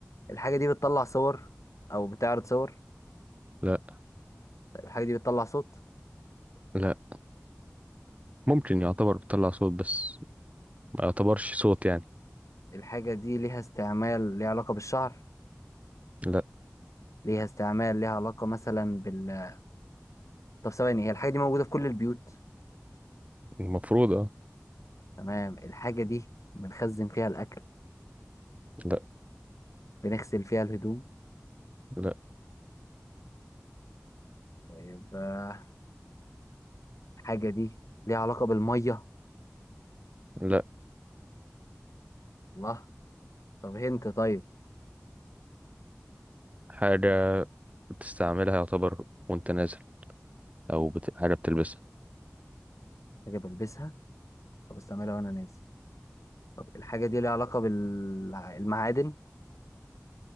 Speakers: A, on the left; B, on the right.
A: الحاجة دي بتطلع صور او بتعرض صور
B: لا
A: طيب الحاجة دي بتطلع صوت
B: لا ممكن يعتبر بتطلع صوت بس ما يعتبرش صوت يعني
A: الحاجة دي ليها استعمال ليها علاقة بالشعر
B: لا
A: ليها استعمال ليها علاقة مثلا بال طب ثواني هي الحاجة دي موجودة في كل البيوت
B: المفروض اه
A: تمام الحاجة دي بنخزن فيها الأكل
B: لا
A: بنغسل فيها الهدوم
B: لا
A: طيب آه، الحاجة دي ليها علاقة بالمية
B: لا
A: الله طب هنت طيب
B: حاجة بتستعملها يعتبر وانت نازل أو بت... حاجة بتلبسها
A: حاجة بلبسها طب استعملها وأنا نازل طب الحاجة دي ليها علاقة بالمعادن